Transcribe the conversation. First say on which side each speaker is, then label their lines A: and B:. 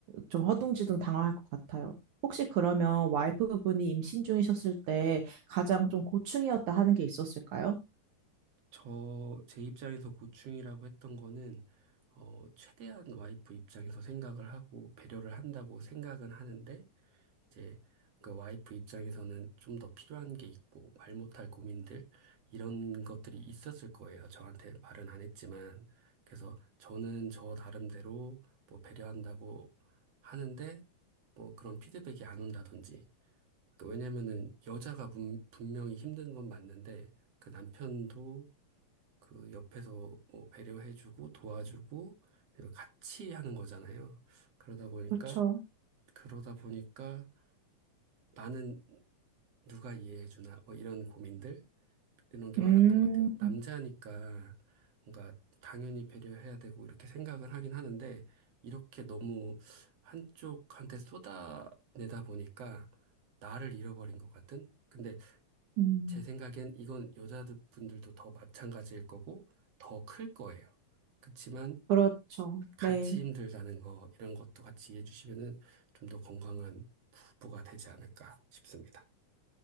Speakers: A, on the right (about 70°); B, on the right (about 55°).
A: 좀 허둥지둥 당황할 것 같아요. 혹시 그러면 와이프분이 임신 중이셨을 때 가장 좀 고충이었다 하는 게 있었을까요?
B: 저, 제 입장에서 고충이라고 했던 거는, 어, 최대한 와이프 입장에서 생각을 하고 배려를 한다고 생각은 하는데, 이제 그 와이프 입장에서는 좀 더 필요한 게 있고, 말 못할 고민들, 이런 것들이 있었을 거예요. 저한테 말은 안 했지만. 그래서 저는 저 나름대로 뭐 배려한다고 하는데, 뭐 그런 피드백이 안 온다든지. 그 왜냐면은 여자가 분- 분명히 힘든 건 맞는데, 그 남편도 그 옆에서 뭐 배려해주고 도와주고 이렇게 같이 하는 거잖아요. 그러다 보니까
A: 그렇죠.
B: 그러다 보니까 나는 누가 이해해주나 뭐 이런 고민들 이런 게
A: 음,
B: 많았던 것 같아요. 남자니까 뭔가 당연히 배려해야 되고 이렇게 생각을 하긴 하는데 이렇게 너무 한쪽한테 쏟아내다 보니까 나를 잃어버린 것 같은? 근데
A: 음,
B: 제 생각엔 이건 여자분들도 더 마찬가지일 거고 더 클 거예요. 그치만
A: 그렇죠.
B: 같이
A: 네.
B: 힘들다는 거, 이런 것도 같이 이해해 주시면은 좀 더 건강한 부부가 되지 않을까 싶습니다.